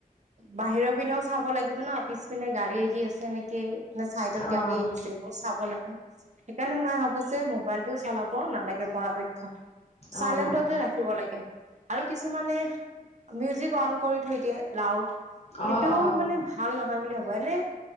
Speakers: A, on the right; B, on the left.
A: বাহিৰৰ পিনেও চাব লাগিব ন, পিছ পিনে গাড়ী আহি আছে নেকি। নে, চাইডত
B: অ',
A: গাড়ী আহিছে, এইবোৰ চাব লাগে। সেইকাৰণে মই ভাবো যে মোবাইলটো চলাব নালাগে পৰাপক্ষত,
B: অ',
A: চাইলেন্টতে ৰাখিব লাগে। আৰু কিছুমানে মিউজিক অন কৰি থৈ দিয়ে লাউড,
B: অ',
A: সেইটোও
B: অ',
A: মানে ভাল নহয় বুলি ভাবো, এনে